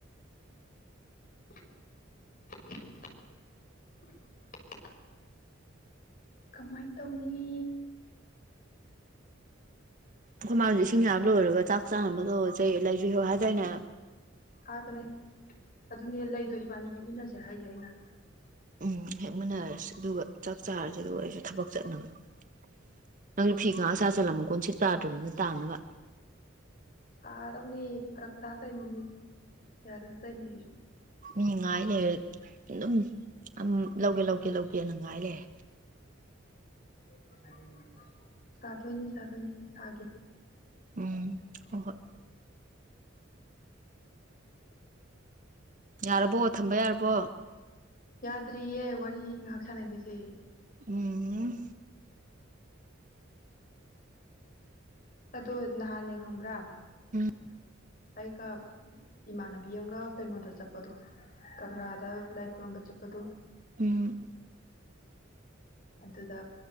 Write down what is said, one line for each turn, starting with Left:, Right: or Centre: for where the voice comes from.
Left: <inaudible> ꯀꯃꯥꯏ ꯇꯧꯅꯤ
Right: ꯈꯦ ꯁꯤꯡꯖ ꯂꯣꯏꯔꯒ ꯆꯥꯛ ꯆꯥꯅꯕ ꯇꯧꯔꯖꯦ ꯂꯩ <unintelligible> ꯍꯥꯏꯗꯥꯏꯅꯦ
Left: ꯍꯥꯏꯕꯅꯦ ꯑꯗꯨꯅꯦ ꯂꯩꯗꯣ ꯏꯕꯥꯅꯤ ꯍꯦꯛꯃꯤꯟꯅꯁꯦ ꯍꯥꯏꯁꯦ ꯑꯩꯅ
Right: ꯎꯝ ꯍꯦꯛ ꯃꯟꯅꯔꯁꯤ ꯑꯗꯨꯒ ꯆꯥꯛ ꯆꯥꯔꯁꯤꯗ ꯑꯩꯁꯨ ꯊꯕꯛ ꯆꯠꯅꯕ ꯐꯤ ꯉꯥꯛ ꯁꯥꯆꯜꯂꯝꯃꯨ ꯀꯣꯟꯁꯤꯠ ꯇꯥꯗ꯭ꯔꯅꯤꯅ ꯇꯥꯅꯕ
Left: ꯁꯥꯗꯧꯅꯦ ꯐꯔꯛ ꯇꯥ ꯇꯧꯅꯤꯅꯦ ꯌꯥꯗ ꯇꯧꯔꯤꯅꯦ ꯑꯩꯁꯨ
Right: ꯃꯤ ꯉꯥꯏ ꯂꯩ ꯑꯗꯨꯝꯝ ꯂꯧꯒꯦ ꯂꯧꯒꯦ ꯂꯧꯒꯦꯅ ꯉꯥꯏ ꯂꯩ
Left: <unintelligible> ꯁꯥꯗꯣꯏꯅꯤ ꯁꯥꯗꯣꯏꯅꯤ ꯁꯥꯒꯤ <unintelligible>
Right: ꯎꯝ ꯍꯣꯏ ꯍꯣꯏ
Left: <inaudible>
Right: ꯌꯥꯔꯕꯣ ꯊꯝꯕ ꯌꯥꯔꯕꯣ
Left: ꯌꯥꯗ꯭ꯔꯤꯌꯦ ꯋꯥ ꯉꯥꯛ ꯁꯅꯥꯒꯤꯁꯦ
Right: ꯎꯝ
Left: ꯑꯗꯣ ꯅꯍꯥꯟꯅꯦ ꯈꯪꯕ꯭ꯔꯥ
Right: ꯎꯝ
Left: ꯑꯩꯒ ꯏꯃꯥꯟꯅꯕꯤ ꯑꯃꯒ ꯀꯩꯅꯣꯗ ꯆꯠꯄꯗꯣ ꯀꯪꯂꯥꯗ ꯂꯥꯏ ꯈꯨꯔꯨꯝꯝꯕ ꯆꯠꯄꯗꯣ
Right: ꯎꯝ
Left: ꯑꯗꯨꯗ